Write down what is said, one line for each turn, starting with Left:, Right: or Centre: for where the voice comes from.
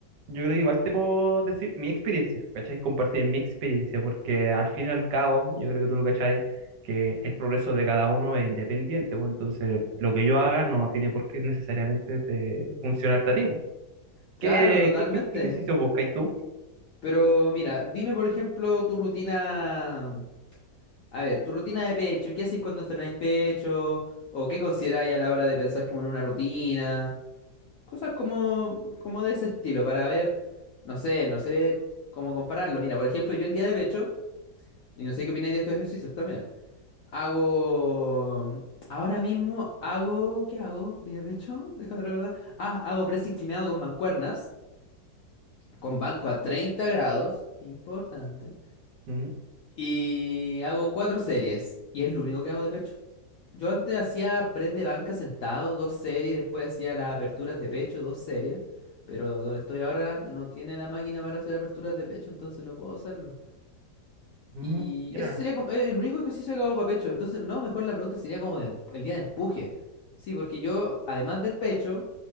Right: Yo creo que igual te puedo decir mi experiencia, ¿cachai? Compartir mi experiencia, porque al fin y al cabo, yo creo que tú lo cachai, que el progreso de cada uno es independiente, pues entonces lo que yo haga no tiene por qué necesariamente te funcionarte a ti. pues.
Left: Claro,
Right: ¿Qué,
Left: totalmente.
Right: qué, ejer- qué ejercicio buscas tú?
Left: Pero mira, dime por ejemplo tu rutina. A ver, tu rutina de pecho, ¿qué hacéis cuando entrenáis pecho? ¿O qué consideráis a la hora de pensar como en una rutina? Cosas como, como de ese estilo, para ver, no sé, no sé cómo compararlo. Mira, por ejemplo, yo el día de pecho, y no sé qué opináis de estos ejercicios también, hago... Ahora mismo hago... ¿Qué hago? ¿Día de pecho? <laughs> Déjame recordar. Ah, hago press inclinado con mancuernas, con banco a 30 grados, importante.
Right: Ujú.
Left: Y hago cuatro series, y es lo único que hago de pecho. Yo antes hacía press de banca sentado, dos series, después hacía las aperturas de pecho, dos series, pero donde estoy ahora no tiene la máquina para hacer aperturas de pecho, entonces no puedo hacerlo.
Right: Mm,
Left: Y
Right: mira,
Left: eso sería como eh, el único ejercicio que hago para pecho, entonces no, mejor la pregunta sería como de em- el día de empuje. Sí, porque yo, además del pecho,